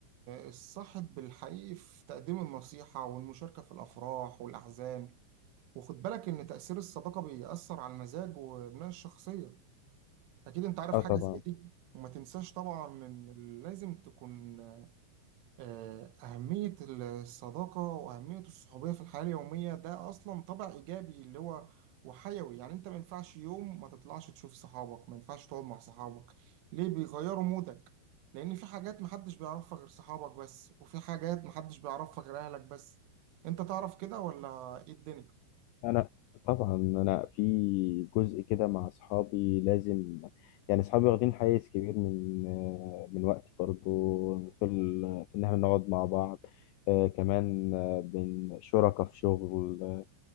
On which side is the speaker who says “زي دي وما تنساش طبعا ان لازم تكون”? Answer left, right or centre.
Right